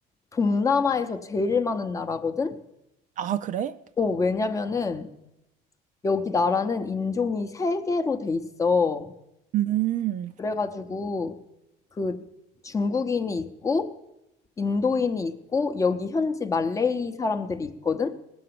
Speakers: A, on the left; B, on the right.
A: 동남아에서 제일 많은 나라거든?
B: 아, 그래?
A: 어, 왜냐면은 여기 나라는 인종이 세개로돼 있어.
B: 음,
A: 그래가지고 그 중국인이 있고, 인도인이 있고, 여기 현지 말레이 사람들이 있거든?